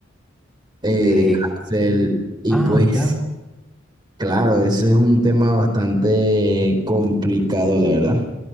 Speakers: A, on the right; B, in the centre.
A: eh,
B: De,
A: de cárcel. Y
B: ah,
A: pues,
B: mirá.
A: claro, eso es un tema bastante complicado, la verdad.